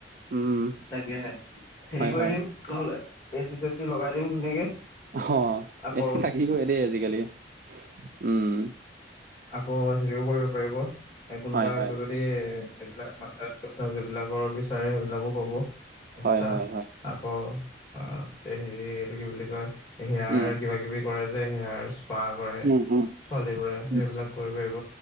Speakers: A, on the right; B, on the left.
A: উম
B: তাকে হে হেৰি
A: হয়
B: কৰি
A: হয়
B: দিম নহলে এ চি, চে চি লগাই দিম ধুনীয়াকে
A: অ',
B: আকৌ
A: এ চি লাগিব এ দেই আজিকালি উম।
B: আকৌ হেৰিও কৰিব পাৰিব কোনোবাই
A: হয় হয়
B: ক এইবিলাক <unintelligible> বিলাকৰ বিচাৰে সেইবিলাকো পাব এক্সট্ৰা।
A: হয় হয় হয়
B: আকৌ অ', হেৰি এইটো কি বুলি কয় হেয়াৰ
A: উম
B: কিবা কিবি কৰে যে সেয়াৰ স্পা কৰে
A: উম উম
B: ছোৱালী বোৰে সেইবিলাক
A: উম।
B: কৰিব পাৰিব